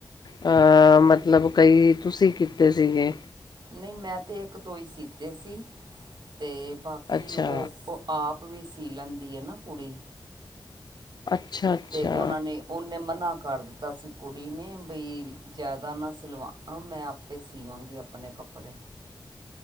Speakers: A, on the left (about 60°); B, on the right (about 65°).
A: ਅਹ ਮਤਲਬ ਕਈ ਤੁਸੀਂ ਕੀਤੇ ਸੀਗੇ
B: ਨਹੀਂ ਮੈਂ ਤਾਂ ਇੱਕ ਦੋ ਹੀ ਸੀਤੇ ਸੀ ਅਤੇ ਬਾਕੀ
A: ਅੱਛਾ
B: ਉਹ ਆਪ ਵੀ ਸੀ ਲੈਂਦੀ ਐ ਨਾ ਕੁੜੀ
A: ਅੱਛਾ ਅੱਛਾ
B: ਤੇ ਉਹਨਾਂ ਨੇ ਉਹਨੇ ਮਨਾ ਕਰ ਦਿੱਤਾ ਤਾਂ ਸੀ ਕੁੜੀ ਨੇ ਬਈ ਜ਼ਿਆਦਾ ਨਾ ਸਿਲਵਾ ਮੈਂ ਆਪੇ ਸੀਵਾਂਗੀ ਆਪਣੇ ਕੱਪੜੇ